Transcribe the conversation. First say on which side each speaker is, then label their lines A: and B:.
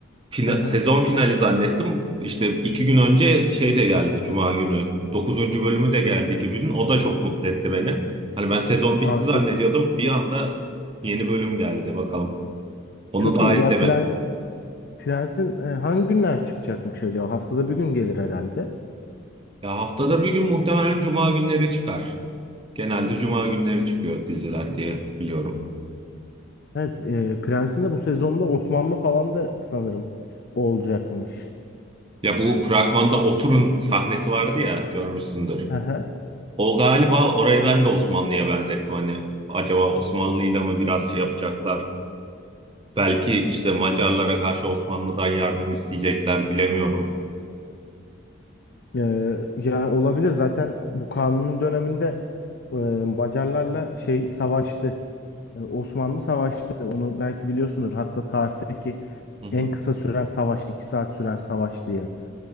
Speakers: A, on the right; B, on the left.
A: Fina-
B: hı hı.
A: sezon finali zannettim. İşte iki gün önce şey de geldi Cuma günü. dokuzuncu bölümü de geldi Gibi'nin. O da çok mutlu etti beni. Hani ben sezon bitti
B: Aa
A: zannediyordum.
B: çok iyi.
A: Bir anda yeni bölüm geldi bakalım. Onu
B: Çok
A: daha
B: iyi.
A: izlemedim.
B: Ya Prens Prens'in e, hangi günler çıkacakmış acaba? Haftada bir gün gelir herhalde.
A: Ya haftada bir gün muhtemelen cuma günleri çıkar. Genelde cuma günleri çıkıyor diziler diye biliyorum.
B: Evet, e, Prens'in de bu sezonda Osmanlı falan da sanırım olacakmış.
A: Ya bu fragmanda Otur'un sahnesi vardı ya görmüşsündür.
B: <laughs>
A: O galiba orayı ben de Osmanlı'ya benzettim. Hani acaba Osmanlı'yla mı biraz şey yapacaklar? Belki işte Macarlara karşı Osmanlı'dan yardım isteyecekler bilemiyorum.
B: Ee, yani olabilir zaten bu kanunun döneminde e, Macarlarla şey savaştı. E, Osmanlı savaştı. Onu belki biliyorsundur. Hatta tarihteki
A: Hı hı.
B: en kısa süren savaş, 2 saat süren savaş diye.